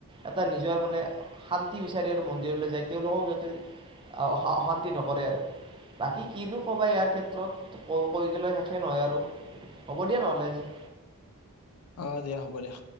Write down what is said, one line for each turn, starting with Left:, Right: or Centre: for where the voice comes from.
Right: এটা নিজৰ মানে শান্তি বিচাৰি আৰু মন্দিৰলৈ যায় তেওঁলোকক যাতে অশান্তি নকৰে আৰু। বাকী কিনো ক'বা ইয়াৰ ক্ষেত্ৰত কৈ গ'লে শেষে নহয় আৰু। হ'ব দিয়া নহ'লে আজি।
Left: অ, দিয়া হ'ব দিয়া।